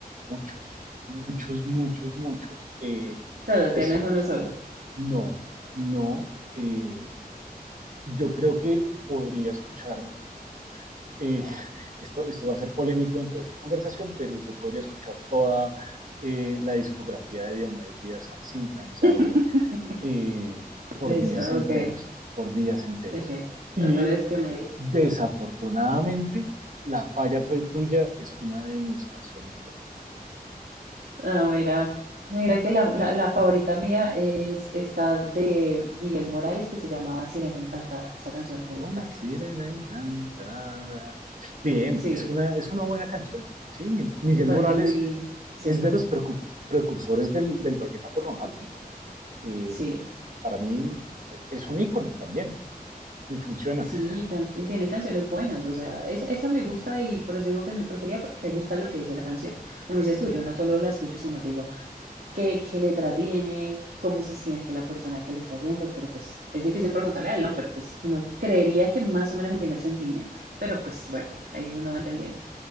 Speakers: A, on the right (about 55°); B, on the right (about 80°).
A: muchos, muchos, muchos, muchos. Eh,
B: Solo
A: entonces,
B: tienes uno solo.
A: no, no, eh, yo creo que podría escuchar, eh, <laughs> esto, esto va a ser polémico dentro de esta conversación, pero yo podría escuchar toda eh, la discografía de Diomedes Díaz sin cansarme
B: <laughs>
A: eh, por
B: Listo,
A: días enteros,
B: ok,
A: por días enteros.
B: ok. O
A: Y
B: sea, tú eres Diomedes
A: desafortunadamente, La falla fue tuya es una de mis canciones
B: Ah, mira, mira que la, la- la favorita mía es esta de Miguel Morales que se llama Sirena Encantada. Esa canción me
A: Una
B: encanta.
A: sirena
B: o sea,
A: encantada. Bien,
B: sí,
A: es una, es una buena canción. Sí, Mil- Miguel
B: me parece
A: Morales
B: muy, sí,
A: es de los precu- precursores del, del vallenato romántico. Eh,
B: sí,
A: para mí es un ícono también y funciona.
B: sí, can- y tiene canciones buenas, o sea, esa, esa me gusta y por eso digo que es mi preferida porque me gusta lo que dice la canción. Como dices tú, yo no solo la escucho, sino que digo, qué, qué letra tiene, cómo se siente la persona que lo está haciendo, pero pues es difícil preguntarle a él, ¿no? Pero pues uno creería que más o menos entiende el sentimiento, pero pues bueno,
A: Sí.
B: ahí uno va entendiendo.